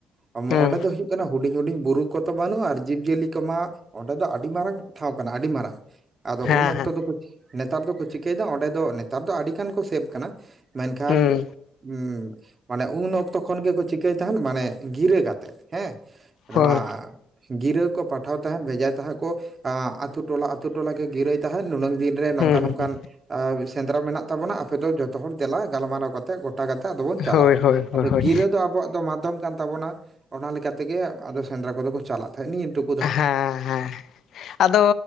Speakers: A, on the right; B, on the left.
A: ᱟ ᱚᱸᱰᱮ
B: ᱦᱩᱸ
A: ᱫᱚ ᱦᱩᱭᱩᱜ ᱠᱟᱱᱟ ᱦᱩᱰᱤᱧ ᱦᱩᱰᱤᱧ ᱵᱩᱨᱩ ᱠᱚᱫᱚ ᱵᱟᱹᱱᱩᱜᱼᱟ ᱟᱨ ᱡᱤᱵᱽ ᱡᱤᱭᱟᱹᱞᱤ ᱠᱚᱢᱟ ᱚᱸᱰᱮ ᱫᱚ ᱟᱹᱰᱤ ᱢᱟᱨᱟᱝ ᱴᱷᱟᱶ ᱠᱟᱱᱟ ᱟᱹᱰᱤ ᱢᱟᱨᱟᱝ ᱟᱫᱚ
B: ᱦᱮᱸ
A: ᱩᱱ ᱚᱠᱛᱚ
B: ᱦᱮᱸ
A: ᱫᱚ ᱱᱮᱛᱟᱨ ᱫᱚᱠᱚ ᱪᱤᱠᱟᱹᱭᱮᱫᱟ ᱚᱸᱰᱮ ᱫᱚ ᱱᱮᱛᱟᱨ ᱫᱚ ᱟᱹᱰᱤᱜᱟᱱ ᱠᱚ ᱥᱮᱵᱽ ᱠᱟᱱᱟ ᱢᱮᱱᱠᱷᱟᱱ
B: ᱦᱩᱸ
A: ᱦᱮ ᱢᱟᱱᱮ ᱩᱱ ᱚᱠᱛᱚ ᱠᱷᱚᱱ ᱜᱮᱠᱚ ᱪᱤᱠᱟᱹᱭ ᱛᱟᱦᱮᱱ ᱢᱟᱱᱮ ᱜᱤᱨᱟᱹ ᱠᱟᱛᱮᱫ ᱦᱮᱸ ᱱᱚᱶᱟ
B: ᱦᱳᱭ
A: ᱜᱤᱨᱟᱹ ᱠᱚ ᱯᱟᱴᱷᱟᱣ ᱛᱟᱦᱮᱸᱫ ᱵᱷᱮᱡᱟᱭ ᱛᱟᱦᱮᱸᱫ ᱠᱚ ᱟᱺ ᱟᱛᱩ ᱴᱚᱞᱟ ᱟᱛᱩ ᱴᱚᱞᱟ ᱠᱚ ᱜᱤᱨᱟᱹᱭ ᱛᱟᱦᱮᱸᱫ ᱱᱩᱱᱟᱹᱝ ᱫᱤᱱ ᱨᱮ ᱱᱚᱝᱠᱟ
B: ᱦᱩᱸ
A: ᱱᱚᱝᱠᱟᱱ ᱥᱮᱸᱫᱽᱨᱟ ᱢᱮᱱᱟᱜ ᱛᱟᱵᱚᱱᱟ ᱟᱯᱮ ᱫᱚ ᱡᱚᱛᱚ ᱦᱚᱲ ᱫᱮᱞᱟ ᱜᱟᱞᱢᱟᱨᱟᱣ ᱠᱟᱛᱮ ᱜᱚᱴ ᱪᱟ ᱠᱟᱛᱮ ᱟᱫᱚ ᱵᱚᱱ ᱪᱟᱞᱟᱜᱼᱟ
B: ᱦᱳᱭ ᱦᱳᱭ ᱦᱳᱭ
A: ᱟᱫᱚ
B: ᱦᱳᱭ
A: ᱜᱤᱨᱟᱹ ᱫᱚ ᱟᱵᱚᱣᱟᱜ ᱫᱚ ᱢᱟᱫᱽᱫᱷᱚᱢ ᱠᱟᱱ ᱛᱟᱵᱚᱱᱟ ᱚᱱᱟ ᱞᱮᱠᱟ ᱛᱮᱜᱮ ᱟᱫᱚ ᱥᱮᱸᱫᱽᱨᱟ ᱠᱚᱫᱚ ᱠᱚ ᱪᱟᱞᱟᱜ ᱛᱟᱦᱮᱸᱜ ᱱᱤᱭᱟᱹᱩ
B: ᱦᱮᱸ ᱦᱮᱸ ᱟᱫᱚ